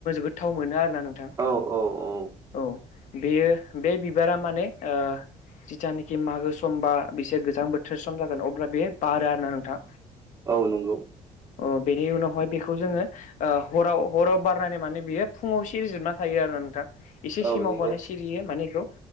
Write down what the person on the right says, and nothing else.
औ औ औ
औ नंगौ
औ
नंगौ